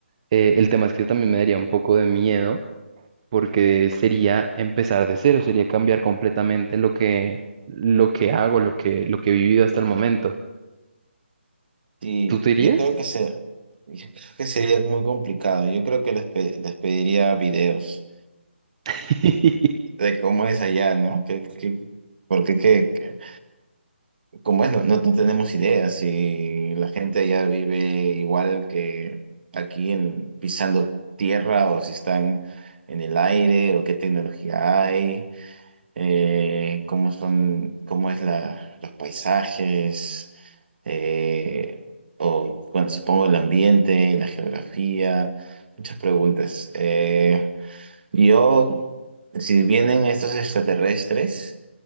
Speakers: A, on the right; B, on the right.
A: Eh, el tema es que también me daría un poco de miedo, porque sería empezar de cero, sería cambiar completamente lo que, lo que hago, lo que, lo que he vivido hasta el momento.
B: Sí,
A: ¿Tú te irías?
B: yo creo que se, yo creo que sería muy complicado. Yo creo que les, pe- les pediría videos
A: <laughs>
B: de cómo es allá, ¿no? Que, que, porque que, que- como es, no, no no tenemos ideas y la gente allá vive igual que aquí en, pisando tierra o si están en el aire o qué tecnología hay. eh, cómo son, cómo es la, los paisajes, eh, o bueno, supongo el ambiente, la geografía, muchas preguntas. Eh, yo, si vienen estos extraterrestres